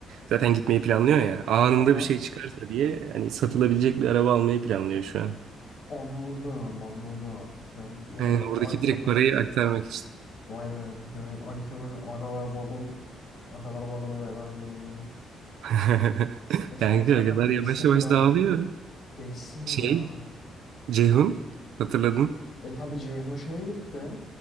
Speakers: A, on the right (about 80°); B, on the left (about 60°).
A: zaten gitmeyi planlıyor ya. Anında
B: aha
A: bir şey çıkarsa diye hani satılabilecek bir araba almayı planlıyor şu an.
B: anladım anladım. Demek, demek
A: Yani
B: Ali,
A: oradaki
B: Ali Kefal
A: direkt parayı aktarmak için.
B: vay be demek Ali Kefal agalar vagon agalar vagonu veda ediyoruz demek.
A: <laughs>
B: Neyse
A: Kanka
B: abi zaten
A: o kadar
B: değişsin
A: yavaş yavaş
B: biraz
A: dağılıyor.
B: değişsin
A: Şey,
B: ya.
A: Ceyhun hatırladın
B: E tabii Ceyhun şeye gitti.